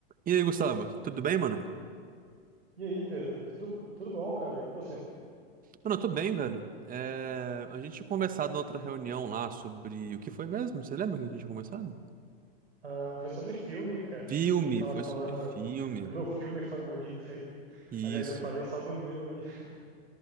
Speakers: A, on the right; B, on the right.
A: E aí, Gustavo, tudo bem, mano?
B: E aí, Pedro? Tudo, tudo bom, cara? E com você?
A: Mano, eu tô bem, velho. É, A gente tinha conversado na outra reunião lá sobre o que foi mesmo? Você lembra o que a gente tinha conversado?
B: Ah, foi sobre filme, cara.
A: Filme,
B: A gente tava
A: foi
B: falando
A: sobre filme.
B: do meu filme favorito aí.
A: Isso.
B: Aliás, eu falei só do meu aí.